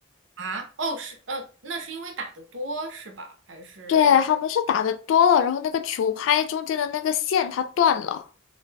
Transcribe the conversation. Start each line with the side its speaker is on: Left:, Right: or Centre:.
Right: 啊？哦，是呃，那是因为打得多是吧？还是？
Left: 对，他们是打的多了，然后那个球拍中间的那个线它断了。